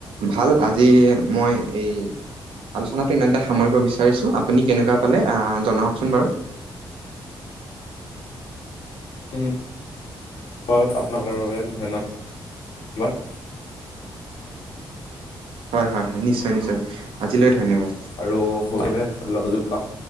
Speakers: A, on the right; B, on the left.
A: ভাল আজি মই এই আলোচনাটো ইমানতে সামৰিব বিচাৰিছোঁ আপুনি কেনেকুৱা পালে আ জনাওঁকচোন বাৰু? <inaudible>
B: উম ব আপোনাৰ <unintelligible> বাবে ধন্যবাদ।
A: হয় হয় হয়, নিশ্চয় নিশ্চয়, আজিলৈ ধন্যবাদ।
B: আৰু <unintelligible> লগ <unintelligible> পাম।